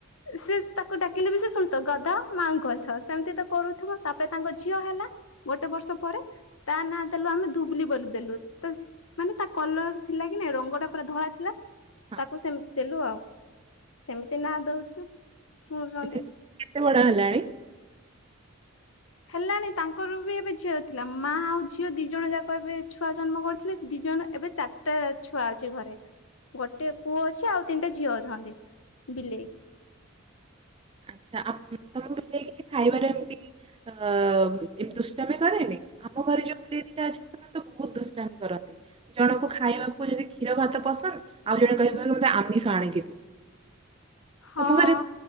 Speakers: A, on the left (about 75°); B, on the right (about 25°).
A: ସେ ତାକୁ ଡାକିଲେ ବି ସେ ଶୁଣୁଥ ଗଧ ମାଙ୍ଗଥ ସେମିତି ତ କରୁଥିବ ତାପରେ ତାଙ୍କ ଝିଅ ହେଲା। ଗୋଟେ ବର୍ଷ ପରେ। ତା ନା ଦେଲୁ ଆମେ ଧୁବୁଲି ବୋଲି ଦେଲୁ ତା ସ ମାନେ ତା କଲର ଥିଲା କି କି ନାଇଁ ରଙ୍ଗ ଟା ପୁରା ଧଳା ଥିଲା
B: ହଁ।
A: ତାକୁ ସେମିତି ଦେଲୁ ଆଉ। ସେମିତି ନା ଦଉଛୁ। ଶୁଣୁଛନ୍ତି।
B: ଏବେ କେତେ ବଡ ହେଲାଣି?
A: ହେଲାଣି ତାଙ୍କର ବି ଏବେ ଝିଅ ଥିଲା ମା ଆଉ ଝିଅ ଦି ଜଣ ଯାକ ଏବେ ଛୁଆ ଜନ୍ମ କରିଥିଲେ ଦି ଜଣ ଏବେ ଚାରିଟା ଛୁଆ ଅଛି ଘରେ। ଗୋଟେ ପୁଅ ଅଛି ଆଉ ତିନିଟା ଝିଅ ଅଛନ୍ତି ବିଲେଇ।
B: ଆଛା ଆ ତମ ବିଲେଇ କିଛି ଖାଇବା ଟାଇମରେ ଅ ଦୁଷ୍ଟମି କରେନି ଆମ ଘରେ ଯୋଉ ପିଲେଇ ଦିଟା ଅଛନ୍ତି ସେମାନେ ତ ବହୁତ ଦୁଷ୍ଟାମି କରନ୍ତି ଯ ଜଣଙ୍କୁ ଖାଇବାକୁ ଯଦି କ୍ଷୀର ଭାତ ପସନ୍ଦ ଆଉ ଜଣେ କହିବା ମତେ ଆମିଷ ଆଣିକି ଦିଅ।
A: ହଁ
B: ତମ ଘରେ